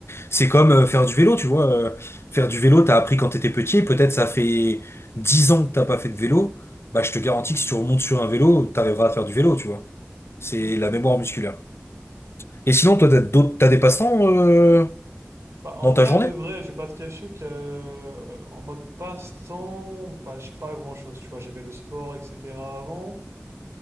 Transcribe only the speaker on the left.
C'est comme euh, faire du vélo, tu vois. euh, faire du vélo, t'as appris quand t'étais petit, peut-être ça fait 10 ans que t'as pas fait de vélo, bah je te garantis que si tu remontes sur un vélo, t'arriveras à faire du vélo, tu vois. C'est
la mémoire musculaire. Et sinon,
toi, t'as d'autres, t'as des passe-temps euh,
dans
ta journée?